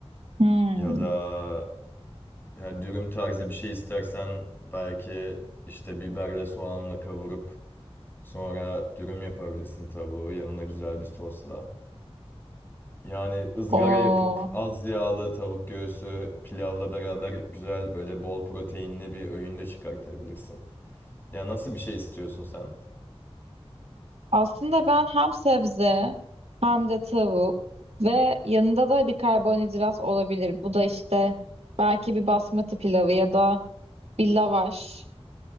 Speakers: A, on the right; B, on the left.
A: Hmm.
B: Ya da yani dürüm tarzı bir şey istersen belki işte biberle soğanla kavurup sonra dürüm yapabilirsin tavuğu yanına güzel bir sosla. Yani ızgara
A: Oo.
B: yapıp az yağlı tavuk göğsü pilavla beraber güzel böyle bol proteinli bir öğün de çıkartabilirsin. Ya nasıl bir şey istiyorsun sen?
A: Aslında ben hem sebze hem de tavuk ve yanında da bir karbonhidrat olabilir. Bu da işte belki bir basmati pilavı ya da bir lavaş